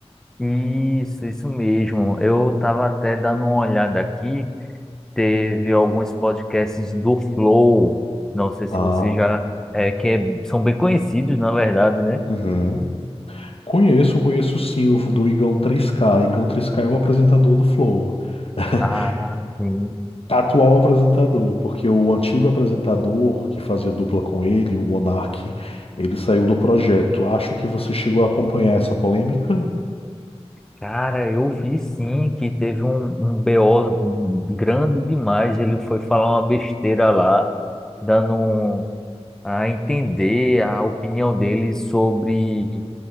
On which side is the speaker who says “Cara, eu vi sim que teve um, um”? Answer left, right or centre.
Centre